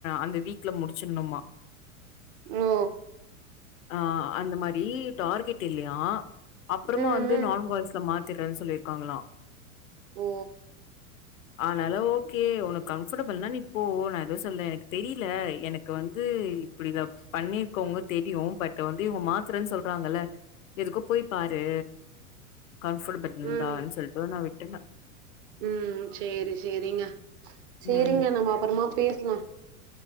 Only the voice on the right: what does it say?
ஓ
ம்
ம்
ஓ
ம்
ம் சேரி சேரிங்க சேரிங்க
நம்ம அப்பறமா பேசலா